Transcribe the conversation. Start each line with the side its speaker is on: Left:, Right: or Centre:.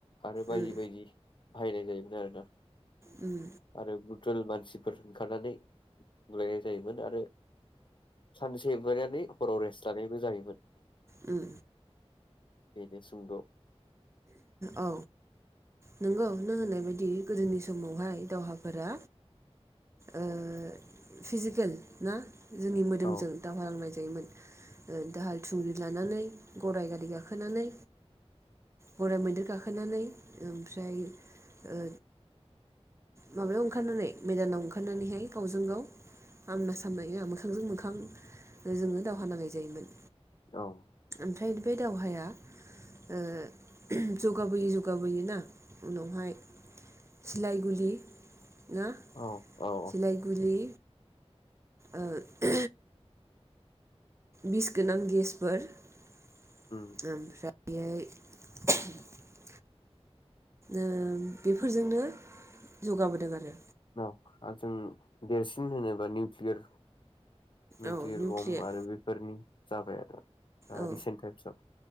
Left: आरो बायदि
Right: उम
Left: बायदि बाहायनाय जायोमोन आरो ना
Right: उम
Left: आरो बुटल मानसिफोर ओंखारनानै बुलायनाय जायोमोन आरो सानसे बुलायनानै हराव रेस्ट लानायबो जायोमोन
Right: उम
Left: बेनोे सुंद'
Right: औ नंगौ नों होननाय बादि गोदोनि समावहाय दावहाफोरा ओ फिजिकेल ना जोंनि मोदोमजों
Left: औ
Right: दावहा नांनाय जायोमोन दाहाल थुंरि लानानै गराय गारि गाखोनानै गराइ मैदेर गाखोनानै ओमफ्राय ओ माबायाव ओंखारनानै मेदानाव ओंखारनानैहाय गावजों गाव आमना सामनाय मोखांजों मोखां जोङो दावहा नांनाय जायोमोन
Left: औ
Right: ओमफ्राय बै दावहाया ओ जौगाबोयि जौगाबोयोनो उनावहाय सिलाय गुलि ना
Left: औ औ
Right: सिलाइ गुलि ओ ओ बिस गोनां गेसफोर ओमफ्राय
Left: उम
Right: <unintelligible> उम बेफोरजोंनो जौगाबोदों आरो
Left: औ आरो जों देरसिन होनोबा निउक्लियार निथि
Right: औ निउक्लियार
Left: बम आरो बिफोरनि जाबाय आरो
Right: औ
Left: रिसेन्ट टाइमसआव